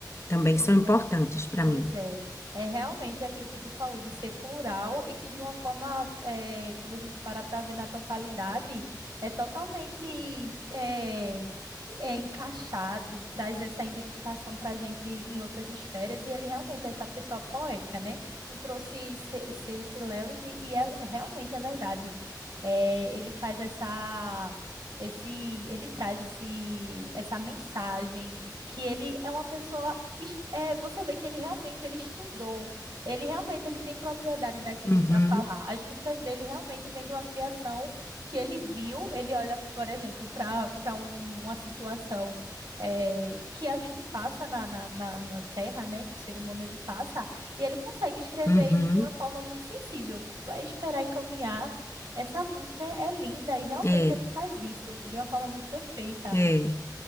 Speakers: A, on the left; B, on the right.
A: também
B: pois
A: que são importantes
B: é.
A: para
B: Pois
A: mim.
B: é, é realmente é aquilo que tu falou de ser plural e que de uma forma, eh, quando a gente para para ver na totalidade, é totalmente eh, é encaixado, traz essa identificação para a gente em outras esferas e ele realmente é essa pessoa poética, né? Tu trouxe C- C.S. Lewis e, e é, realmente é verdade, Eh, ele faz essa... Esse, ele traz esse, essa mensagem que ele é uma pessoa es- é, você vê que ele realmente ele estudou, ele realmente ele tem propriedade daquilo
A: Uhum,
B: para falar. As músicas dele realmente vêm de uma criação que ele viu. Ele olha, por exemplo, para para uma situação é, que a gente passa na, na, na, na Terra, né? Que o ser humano ele passa e ele consegue escrever
A: uhum,
B: isso de uma forma muito sensível. Vai esperar e caminhar. Essa música é é linda e realmente
A: é,
B: ele faz isso de uma forma muito perfeita.
A: é.